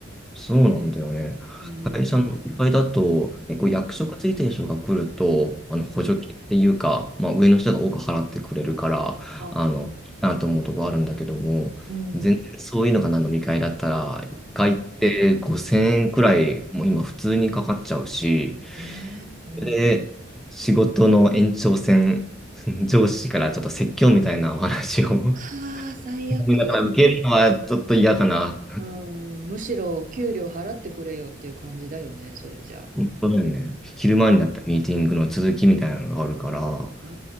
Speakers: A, in the centre; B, on the right (about 45°).
A: そうなんだよね。
B: うん。
A: 会社の1階だと、結構役職ついてる人が来ると、あの補助金っていうか、
B: うん。
A: まあ、上の人が多く払ってくれるから、
B: あ、はい。
A: あの、いいなと思うとこあるんだけども、
B: うん。
A: 全然そういうのがな飲み会だったら、1回って5000円くらい、
B: うん
A: もう今普通にかかっちゃうし、
B: ねえ。うん。
A: で、仕事の延長線、<laughs> 上司からちょっと説教みたいなお話を <laughs>
B: はあ、最悪。
A: だから受けるのはちょっと嫌かな。
B: うん。むしろ給料払ってくれよっていう感じだよね、それじゃあ。
A: 本当だよね。昼間になったミーティングの続きみたいなのがあるから、
B: うん、あ